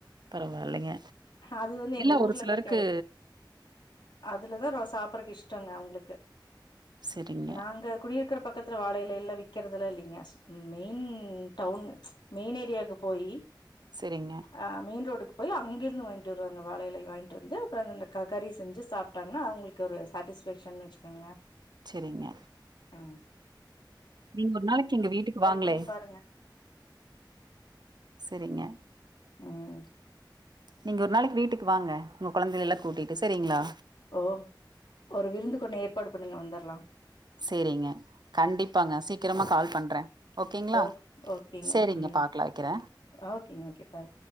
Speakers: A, on the right; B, on the left.
A: தரோ <unintelligible> இல்லைங்க
B: அது வந்து எங்க
A: எல்லா
B: ஊர்லல்லா
A: ஒரு சிலருக்கு
B: கெடை அதுலதா ரொ சாப்பறக்கு இஷ்டங்க அவுங்ளுக்கு
A: செரிங்க
B: நாங்க குடியர் க்குற பக்கத்துல வாழ இலைல்லா விக்கெறதுலா இல்லிங்க மெயின் டவுன் மெயின் ஏரியாக்கு போயி
A: செரிங்க
B: அ மியின் ரோட்டுக்கு போய் அங் கிர்ந்து வாங்கிட்டு வருவாங்க வாழ இலை வாய்ன்ட்டு வந்து அப்று அந்துஅந்த க கறி செஞ்சு சாப்ட்டாங்னா அவுங்ளுக்கு ஒரு சாட்டிஸ்ஃபக்ஷ்ன் வச்சுகோங்ளே
A: செரிங்க
B: அ
A: நீங் ஒரு நாளக்கு எங்க வீட்டுக்கு வாங்ளே
B: பண்ணி பாருங்க
A: செரிங்க
B: ம்
A: நீங்க ஒரு நாளக்கி வீட்டுக்கு வாங்க உங்க கொழந்தைகள்லா கூட்டிட்டு செரிங்ளா
B: ஓ ஒரு விருந்துக்கொண்ணு ஏற்பாடு பண்ணுங்க வந்துர்லா
A: சேரிங்க கண்டிப்பாங்க சீக்கிரமா கால் பண்ற ஓகேங்ளா
B: ஓ ஓகேங்க
A: சேரிங்க
B: ம்
A: பாக்லா வெக்கிற
B: ஓகேங்க ஓகே பாய்